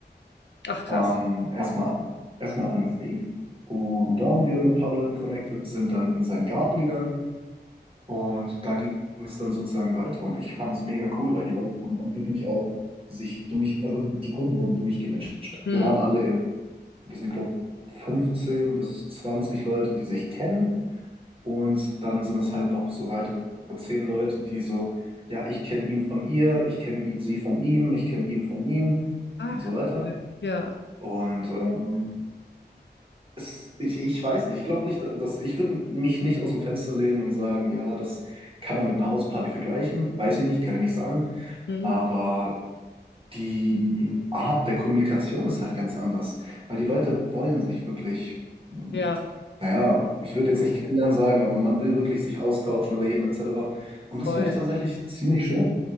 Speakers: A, on the left; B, on the right.
A: Ach, krass.
B: Ähm, erstmal, an- erstmal an den See und da haben wir mit ein paar Leuten connected, sind dann in seinen Garten gegangen und da ging es dann sozusagen weiter und ich fand es mega cool, weil die Leute haben dann wirklich auch sich durch, also die Gruppen wurden durchgemischt. Wir
A: Mhm.
B: waren alle in diesem Club 15 bis 20 Leute, die sich kennen und dann sind es halt noch so weitere 10 Leute, die so, ja, ich kenne ihn von ihr, ich kenne i- sie von ihm, ich kenne ihn von ihm
A: Ach,
B: und so weiter.
A: cool. Ja.
B: Und ähm, es, ich, ich weiß nicht. Ich glaube nicht, dass ich würde mich nicht aus dem Fenster lehnen und sagen, ja, das kann man mit einer Hausparty vergleichen. Weiß ich nicht, kann ich nicht sagen.
A: Mhm.
B: Aber die Art der Kommunikation ist halt ganz anders, weil die Leute wollen sich wirklich, mh,
A: Ja,
B: naja, ich würde jetzt nicht kennenlernen sagen, aber man will wirklich sich austauschen, reden etc. Und das
A: voll.
B: finde ich tatsächlich ziemlich schön.